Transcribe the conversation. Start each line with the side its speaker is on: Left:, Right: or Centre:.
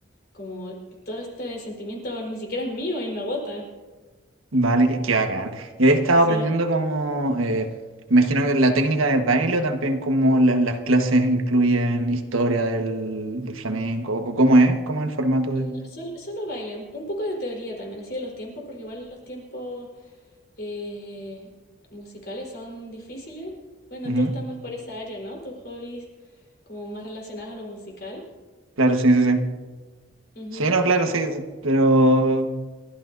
Left: como todo este sentimiento ni siquiera es mío y me agota,
Right: Vale, qué, qué bacán. Y he estado
Left: sí.
Right: aprendiendo como, eh, imagino que la técnica de baile o también como la- las clases incluyen historia del, del flamenco, o, o cómo es, cómo es el formato
Left: No,
Right: de...
Left: sol- solo baile, un poco de teoría también, así de los tiempos, porque igual los tiempos eh, musicales son difíciles. Bueno,
Right: Ujú.
Left: tú estás más por esa área, ¿no? Tus hobbies como más relacionados a lo musical.
Right: Claro, sí, sí, sí.
Left: Ujú.
Right: Sí, no, claro, sí, sí, pero...